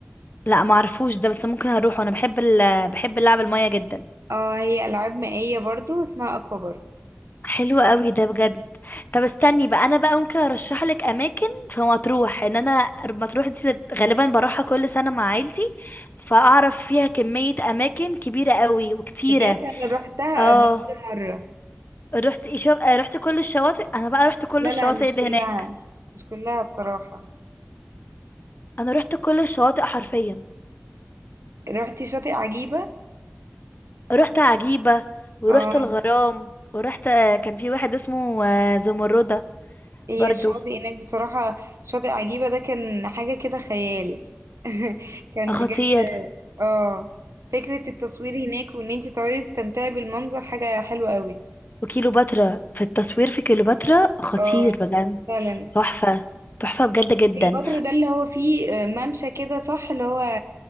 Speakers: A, on the left; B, on the right.
A: لا ما اعرفوش ده بس ممكن هروح وانا بحب ال... بحب اللعب الميه جدا
B: اه هي ألعاب مائية برضو اسمها أكوا بارك
A: حلو قوي ده بجد طب استني بقى انا بقى ممكن ارشح لك اماكن في مطروح ان انا مطروح دي بت- غالبا بروحها كل سنه مع عيلتي فاعرف فيها كميه اماكن كبيره قوي وكتيره
B: بجد أنا روحتها
A: اه
B: قبل كده مرة
A: رحت إيه شو... آه، رحت كل الشواطئ انا بقى رحت كل
B: لا
A: الشواطئ
B: لا مش
A: اللي
B: كلها
A: هناك
B: مش كلها بصراحة
A: انا رحت كل الشواطئ حرفيا
B: روحتي شاطئ عجيبة
A: رحت عجيبه ورحت
B: اه
A: الغرام ورحت آه، كان في واحد اسمه آه، زمردة
B: هي
A: برضو
B: الشاطئ هناك بصراحة شاطئ عجيبة ده كان حاجة كده خيال <laughs> كان
A: آه، خطير
B: بجد اه فكرة التصوير هناك وان انت تقعدي تستمتعي بالمنظر حاجة حلوة قوي
A: وكيلوباترا في التصوير في كيلوباترا خطير
B: اه
A: بجد
B: فعلا
A: تحفة تحفة بجد جدا
B: الفترة ده اللي هو فيه آه، ممشى كده صح اللي هو